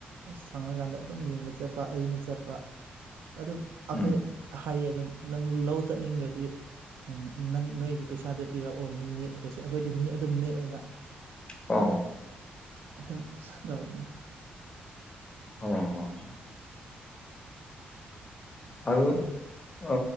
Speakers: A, on the right (about 75°); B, on the left (about 25°).
A: ꯁꯪꯅꯀꯥꯟꯗ ꯑꯗꯨꯝ ꯌꯦꯡꯕ ꯆꯠꯄ ꯑꯩꯅ ꯆꯠꯄ ꯑꯗꯨꯝ ꯑꯩꯈꯣꯏ
B: ꯎꯝ
A: ꯍꯥꯏꯌꯦ ꯑꯗꯨꯝ ꯅꯪ ꯂꯧ ꯆꯠꯅꯤꯡꯗ꯭ꯔꯗꯤ ꯎꯝ ꯅꯪ ꯅꯣꯏꯒꯤ ꯄꯩꯁꯥꯗ ꯄꯤꯔꯛꯑꯣ ꯃꯤ ꯅꯦꯛꯈ꯭ꯔꯁꯦ ꯑꯩꯈꯣꯏꯗꯤ ꯃꯤ ꯑꯗꯨꯝ ꯅꯦꯛꯑꯦꯕ
B: ꯑ
A: ꯑꯗꯨꯝ ꯇꯧꯔꯤꯛꯅꯤ
B: ꯑꯣ ꯑꯗꯨ ꯑ